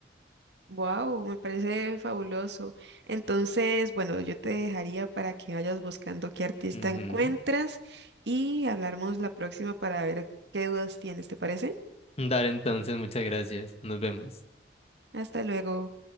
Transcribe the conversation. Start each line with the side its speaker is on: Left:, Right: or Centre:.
Right: Wow, me parece fabuloso. Entonces, bueno, yo te dejaría para que vayas buscando qué artista
Left: Ujú.
Right: encuentras y hablamos la próxima para ver qué dudas tienes, ¿te parece?
Left: Dale entonces, muchas gracias, nos vemos.
Right: Hasta luego.